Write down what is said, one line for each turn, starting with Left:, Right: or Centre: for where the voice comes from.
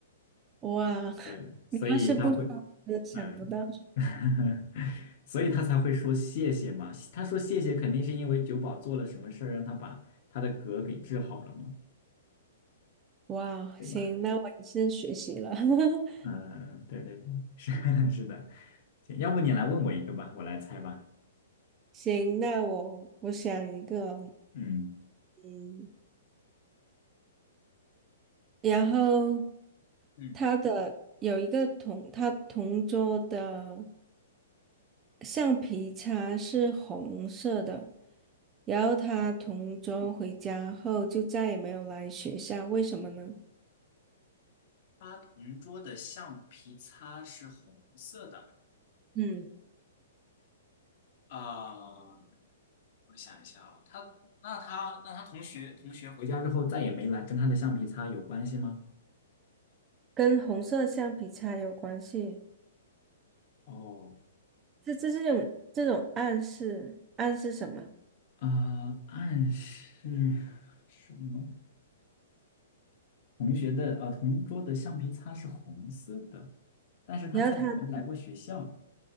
Right: 哇，<laughs>
Left: 对，所以他会，
Right: 你要是不说，我真的想不到。
Left: 嗯，<laughs> 所以他才会说谢谢嘛。他说谢谢，肯定是因为九保做了什么事儿，让他把他的嗝给治好了嘛，
Right: 哇，
Left: 对吧？
Right: 行，那我也是学习了。<laughs>
Left: 嗯，对对对，是 <laughs> 是的。行，要不你来问我一个吧，我来猜吧。
Right: 行，那我我想一个，
Left: 嗯，
Right: 嗯，然后
Left: 嗯，
Right: 他的有一个同他同桌的橡皮擦是红色的，然后他同桌回家后就再也没有来学校，为什么呢？
Left: 他同桌的橡皮擦是红色的。
Right: 嗯，
Left: 呃，我想一下啊，他那他那他同学同学回家之后再也没来，跟他的橡皮擦有关系吗？
Right: 跟红色橡皮擦有关系。
Left: 哦，
Right: 这这是这种这种暗示，暗示什么？
Left: 呃，暗示什么？同学的呃，同桌的橡皮擦是红色的，但是他在没来过学校。
Right: 然后他